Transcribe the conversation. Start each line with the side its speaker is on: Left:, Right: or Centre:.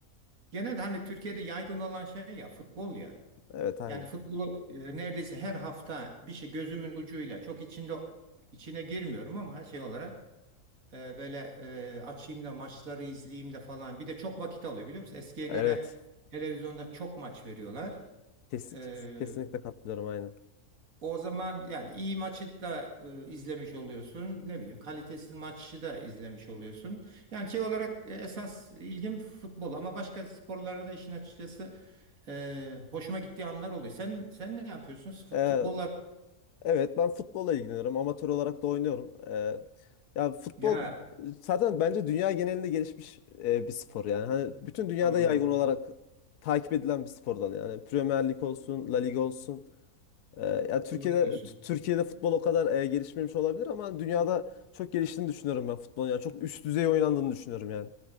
Right: genel hani Türkiye'de yaygın olan şey ya futbol ya.
Left: Evet aynen.
Right: Yani futbolu e, neredeyse her hafta bir şey gözümün ucuyla çok içinde içine girmiyorum ama şey olarak E, böyle e, açayım da maçları izleyeyim de falan. Bir de çok vakit alıyor biliyor musun? Eskiye
Left: Evet.
Right: göre televizyonda çok maç veriyorlar.
Left: Kesin,
Right: E,
Left: kes- kesinlikle katılıyorum aynen.
Right: o zaman yani iyi maçı da e, izlemiş oluyorsun. Ne bileyim kalitesiz maçı da izlemiş oluyorsun. Yani şey olarak e, esas ilgim futbol ama başka sporlarda da işin açıkçası e, hoşuma gittiği anlar oluyor. Sen sen ne yapıyorsun? Fut-
Left: Ee,
Right: Futbollar
Left: evet ben futbolla ilgileniyorum. Amatör olarak da oynuyorum. Ee, ya futbol
Right: ya
Left: zaten bence dünya genelinde gelişmiş e, bir spor yani. Hani bütün dünyada
Right: hmm,
Left: yaygın olarak takip edilen bir spor dalı yani. Premier Lig olsun, La Liga olsun. Ee, ya Türkiye'de
Right: doğru diyorsun.
Left: Türkiye'de futbol o kadar e, gelişmemiş olabilir ama dünyada çok geliştiğini düşünüyorum ben futbolun. Yani çok üst düzey oynandığını düşünüyorum yani.